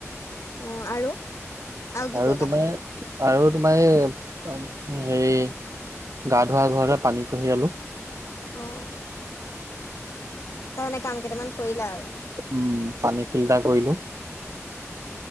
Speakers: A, on the left; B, on the right.
A: অ আৰু কি
B: আৰু
A: কৰিলা
B: তোমাৰ আৰু তোমাৰ এই হেৰি গা ধোৱা ঘৰলে পানী কঢ়িয়ালো।
A: অ'। তাৰ মানে কাম কেইটামান কৰিলা আৰু?
B: উ'ম, পানী ফিল্টাৰ কৰিলো।